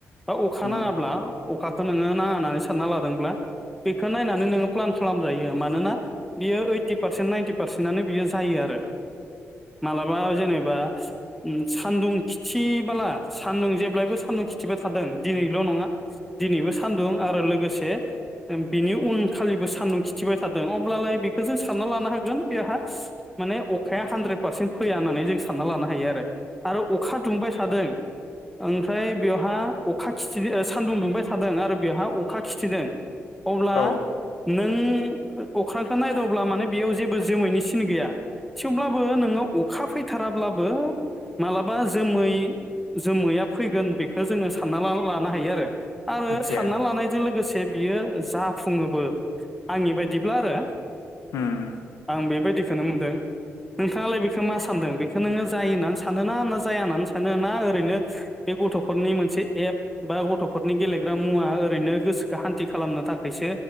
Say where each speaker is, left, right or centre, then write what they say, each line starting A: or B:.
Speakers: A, in the centre; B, on the left.
A: बा अखा
B: उम
A: नाङाब्ला अखाखो नोङो नाङा होननानै सानना लादोंब्ला बेखौ नायनानै नोङो मानोन आ बियो ओइथि पारसेन्ट नाइनटि पारसेन्टनो बियो जायो आरो मालाबा जेनेबा उम सान्दुं खिथि बाला सान्दुं जेब्लायबो सान्दुं खिथिबाय थादों दिनैल' नङा दिनैबो सान्दुं आरो लोगोसे बिनि उन खालिबो सान्दुं खि थिबाय थादों अब्लालाय बेखौ जों सानना लानो हागोन बेहा माने अखाया हानद्रेद पारसेन्ट फैया होननानै जों सानना लानो हायो आरो आरो अखा दुंबाय थादों ओमफ्राय बेवहा अखा खिथि सानदुं दुंबाय थादों आरो बेहा अखा खिथिदों अब्ला
B: औ
A: नो ओं अख्रांखो नायदावब्ला माने बेयाव जेबो जोमैनि सिन गैया थेवब्लाबो नोङो अखा फैथाराब्लाबो मालाबा जोमै जोमैया फैगोन बेखो जोङो सानना लानो हायो आरो आरो
B: मिथियो
A: सानना लानायजों लोगोसे बियो जाफुङोबो आंनि बायदिब्ला आरो
B: उम
A: आं बेबायदिखोनो नुदों नोंथाङालाय बेखो मा सानदों बेखो नोङो जायो होननानै सान सानोना ना जाया होननानै सानो ना ओरैनो बे गथ'फोरनि मोनसे एप बा गथ'फोरनि गेलेग्रा मुवा ओरैनो गोसोखौ हान्थि खालामनो थाखायसो